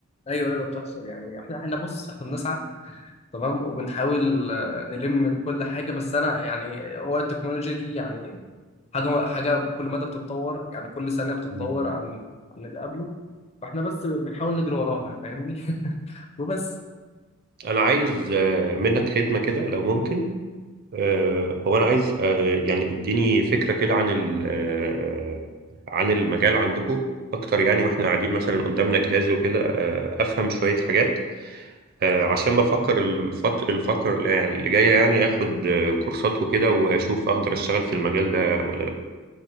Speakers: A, on the left; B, on the right.
A: ايوه ايوه بتحصل يعني احنا احنا بص احنا بنسعى تمام وبنحاول آه، نلم بكل حاجه بس انا يعني هو التكنولوجيا دي يعني حاجه حاجه كل مدى بتتطور يعني كل ثانيه بتتطور
B: مم.
A: عن عن اللي قبله فاحنا بس بنحاول نجري وراها يعني فاهمني <laughs> وبس
B: أنا عايز آه، منك خدمة كده لو ممكن آه، هو انا عايز آه، يعني اديني فكره كده عن ال- آه، عن المجال عندكم اكتر يعني واحنا قاعدين مثلا قدامنا جهاز وكده آه، افهم شويه حاجات آه، عشان بفكر الفت... الفكر اللي يعني اللي جايه يعني اخد آه، كورسات وكده واشوف اقدر اشتغل في المجال ده ولا لا